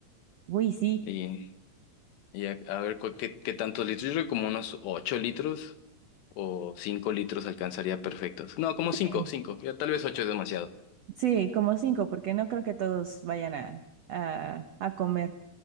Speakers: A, on the right; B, on the left.
A: Uy, sí.
B: Y, y a, a ver cu- qué, qué tantos litros. Yo creo que como unos 8 litros o 5 litros alcanzaría perfectos. No, como
A: Sí,
B: cinco cinco Ya tal vez 8 es demasiado.
A: sí, como cinco, porque no creo que todos vayan a, a, a comer.